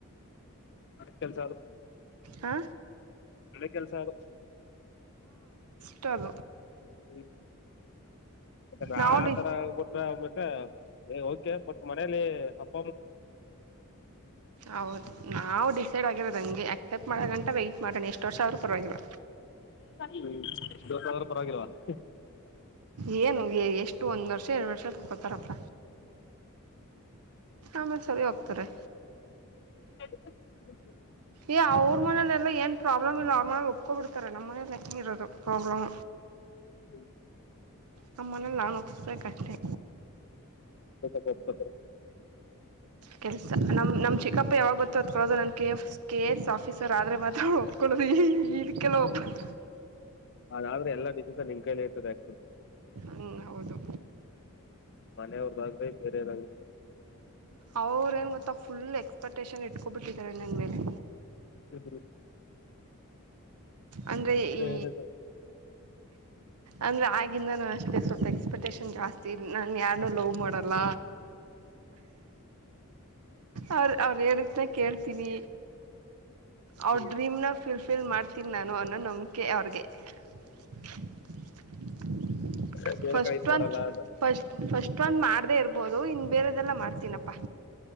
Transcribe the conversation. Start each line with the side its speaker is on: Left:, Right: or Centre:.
Left: ಕೆಲ್ಸ ಆ
Right: ಹಾ
Left: ಒಳ್ಳೆ ಕೆಲ್ಸ ಅದು
Right: ಉಷ್ಟದ
Left: ಹ್ಮ್ ಹ್ಮ್ ಮ
Right: ನಾವು
Left: ಆ
Right: ಡಿ
Left: ತರಬಟ್ರ ಮತ್ತೆಕೆ ಬಟ್ಟ ಮನೆಲಿ <inaudible>
Right: ಹೌದು ನಾವು ಡಿಸೈಡ್ ಆಗಿರೋದಂಗೆ ಆಕ್ಸೆಪ್ಟ್ ಮಾಡ ಗಂಟ ವೈ್ಟಟ್ ಮಾಡೋಣ ಎಷ್ಟು ವರ್ಷ ಅವ್ರ ಪರ್ವಾಗಿಲ್ಲ
Left: ಹ್ಮ ಎಷ್ಟ್ರ ಪರವಾಗಿಲ್ವ
Right: ಏನು ಎಷ್ಟು ಒಂದ್ ವರ್ಷ ಎರಡ್ ವರ್ಷ ತಕೋತಾರಪ್ಪ ಆಮೇಲೆ ಸರಿ ಹೋಗ್ತಾರೆ
Left: <inaudible>
Right: ಏ ಅವ್ರ ಮನೇಲೆೆಲ್ಲ ಏನ್ ಪ್ರಾಬ್ಲಮ್ ಇಲ್ಲ ಅವ್ರ ಮನೇಲಿ ಒಪ್ಕೋ ಬಿಡ್ತಾರೆ ನಮ್ಮ ಮನೇಲ್ಲ ಇರೋದು ಪ್ರಾಬ್ಲಮ್
Left: ಹ್ಮ್
Right: ನಮ್ಮ ಮನೆಲಿ ನಾನ ವಪಸ್ ಬೇಕಷ್ಟೇ
Left: ಒಪ್ಪಕೂತಾರೆ
Right: ಕೆಲಸ ನಮ್ಮ ನಮ್ಮ ಚಿಕ್ಕಪ್ಪ ಯಾವಾಗ ಗೊತ್ತೋ ಅದ್ಕೊಳ್ಳೋದು ನನ್ನ K A K A S officer ಆದರೆ ಮಾತ್ರ ಒಪ್ಕೊಳ್ಳೋದು ಈ ಇದಕ್ಕೆಲ್ಲ ಒಪ್ಪದು
Left: ಅ ಆದ್ರೆ ಎಲ್ಲಾ ದಕ್ಕಸ ನಿನ್ ಕೈಲೆ ಇರ್ತದೆ ಆಕ್ಚುಲಿ
Right: ಹ್ಞೂ ಹೌದು
Left: ಮನೆಯವ್ರದಾಗ್ರಿ ಬೇರೆಯವ್ರಾಗ್ರಿ
Right: ಅವ್ರೇಏನು ಗೊತ್ತಾ ಫುಲ್ ಎಕ್ಸ್ಪೆಕ್ಟೇಷನ್ ಇಟ್ಕೊಬಿಟ್ಟಿದ್ದಾರೆ ನನ್ನ ಮೇಲೆ
Left: ಹ್ಞ
Right: ಅಂದ್ರೆ ಈ
Left: ಹೇಳಿದ್ದು
Right: ಅಂದರೆ ಆಗಿಂದ ನಾನು ಅಷ್ಟೇ ಸ್ವಲ್ಪ ಎಕ್ಸ್ಪೆಕ್ಟೇಷನ್ ಜಾಸ್ತಿ ನಾನು ಯಾರನ್ನೂ ಲವ್ ಮಾಡಲ್ಲ ಅವ್ರ ಅವ್್ರ ಹೇಳಿದ್ನ ಕೇಳ್ತೀನಿ
Left: ಹ್ಮ್
Right: ಅವ ಡ್ರೀಮ್ ನ ಫಿಲ್ ಮಾಡ್ತೀನಿ ನಾನು ಅನ್ನೋ ನಂಬಿಕೆ ಅವ್ರಿಗೆ <unintelligible>
Left: ಅ ಬೇರೆ
Right: ಫಸ್ಟ್
Left: ಕಡೆ ಇತ್ ಮಾಡಲ್ಲ
Right: ಒನ್
Left: ಅಂತ
Right: ಫಸ್ಟ್ ಫಸ್ಟ್ ಒಂದ್ ಮಾಡ್ದೇ ಇರ್ಬೋದು ಇನ್ ಬೇರೆದೆಲ್ಲ ಮಾಡ್ತೀನಪ್ಪಾ